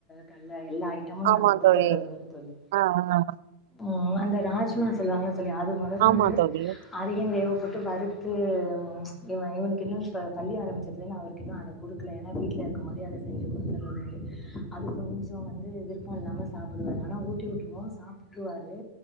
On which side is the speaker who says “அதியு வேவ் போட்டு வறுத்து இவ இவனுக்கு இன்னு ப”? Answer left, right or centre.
Left